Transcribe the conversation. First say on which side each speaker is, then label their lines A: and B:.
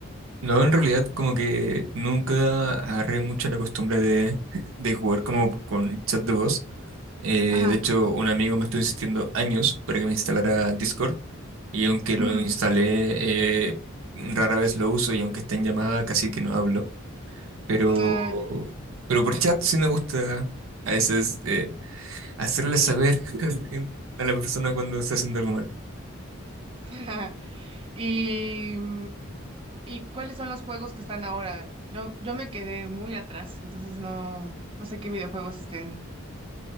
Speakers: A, on the right (about 70°); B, on the right (about 25°).
A: No, en realidad como que nunca agarré mucho la costumbre de, de jugar como con chat de voz. Eh,
B: Ajá.
A: de hecho, un amigo me estuvo insistiendo años para que me instalara Discord y aunque
B: ujú,
A: lo instalé, eh, rara vez lo uso y aunque esté en llamada casi que no hablo. Pero,
B: ah, ya.
A: pero por chat sí me gusta a veces eh, hacerle saber <laughs> a la persona cuando está haciendo algo mal.
B: <laughs> Y, mm, ¿y cuáles son los juegos que están ahora? Yo, yo me quedé muy atrás, entonces no, no sé qué videojuegos estén